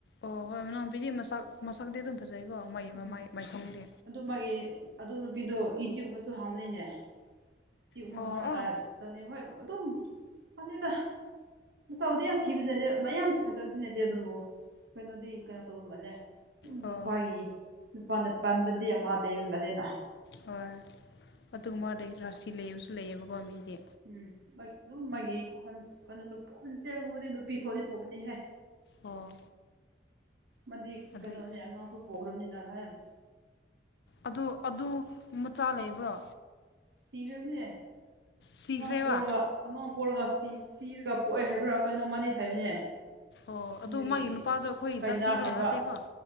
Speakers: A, on the left; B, on the right.
A: ꯑꯣ ꯍꯣꯏ ꯃꯅꯥꯎꯕꯤꯗꯤ ꯃꯁꯛ ꯃꯁꯛꯇꯤ ꯑꯗꯨꯝ ꯐꯖꯩꯀꯣ ꯃꯩ
B: ꯎꯝ
A: ꯃꯥꯏ ꯃꯥꯏꯊꯣꯡꯗꯤ
B: ꯑꯗꯨ ꯃꯥꯒꯤ ꯑꯗꯨ ꯅꯨꯄꯤꯗꯣ ꯏꯇ꯭ꯌꯨꯕ ꯑꯃꯁꯨ ꯍꯥꯡꯕꯅꯤꯅꯦ ꯇꯨꯕ ꯑꯃ
A: ꯑꯣ
B: ꯍꯥꯡꯉꯒ
A: ꯑꯣ
B: ꯇꯧꯅꯤ ꯍꯣꯏ ꯑꯗꯨꯝ ꯈꯪꯗꯦꯗ ꯃꯁꯛꯕꯨꯗꯤ ꯌꯥꯝ ꯊꯤꯕ ꯅꯠꯇꯦ ꯃꯌꯥꯝ ꯐꯖꯕꯗꯤ ꯅꯠꯇꯦ ꯑꯗꯨꯕꯨ ꯀꯩꯅꯣꯗꯤ ꯀꯩꯅꯣ ꯇꯧꯕ ꯃꯜꯂꯦ ꯑꯗꯨꯝ
A: ꯑꯣ
B: ꯅꯨꯄꯥꯒꯤ ꯅꯨꯄꯥꯅ ꯄꯥꯟꯕꯗꯤ ꯑꯃ ꯂꯩꯕ ꯃꯥꯜꯂꯦꯅ
A: ꯍꯣꯏ ꯑꯗꯨꯒ ꯃꯥꯗꯣ ꯔꯥꯁꯤ ꯂꯩꯕꯁꯨ ꯂꯩꯌꯦꯕꯀꯣ ꯃꯤꯗꯤ
B: ꯎꯝ ꯍꯣꯢ ꯑꯗꯨꯝ ꯃꯥꯒꯤ ꯈꯣꯟ ꯀꯩꯅꯣ ꯈꯨꯟꯖꯒꯨꯝꯕꯗꯤ ꯅꯨꯄꯤ ꯊꯣꯛꯂꯗꯤ ꯊꯣꯛꯄꯅꯤꯍꯦ
A: ꯑꯣ
B: ꯃꯥꯗꯤ
A: ꯑꯗꯨꯏ
B: ꯀꯩꯅꯣꯅꯤ ꯑꯉꯥꯡꯁꯨ ꯄꯣꯛꯈ꯭ꯔꯕꯅꯤꯅ ꯅꯍꯥꯟ
A: ꯑꯗꯨ ꯑꯗꯨ ꯃꯆꯥ ꯂꯩꯕ꯭ꯔꯣ
B: ꯁꯤꯈ꯭ꯔꯕꯅꯤ
A: ꯁꯤꯈ꯭ꯔꯦꯕ
B: ꯑꯉꯥꯡ ꯄꯣꯛꯂꯒ ꯑꯉꯥꯡ ꯄꯣꯛꯔꯒ ꯁꯤ ꯁꯤꯔꯒ ꯄꯣꯛꯑꯦ ꯍꯥꯏꯕ꯭ꯔꯥ ꯀꯩꯅꯣ ꯃꯥꯗꯤ ꯍꯥꯏꯕꯅꯦ꯫
A: ꯑꯣ ꯑꯗꯨ
B: ꯑꯗꯨꯒꯤ
A: ꯃꯥꯒꯤ ꯅꯨꯄꯥꯗꯣ ꯑꯩꯈꯣꯏ
B: ꯀꯥꯏꯅꯈ꯭ꯔꯕ
A: ꯖꯥꯇꯤꯔꯣ ꯅꯠꯇꯦꯀꯣ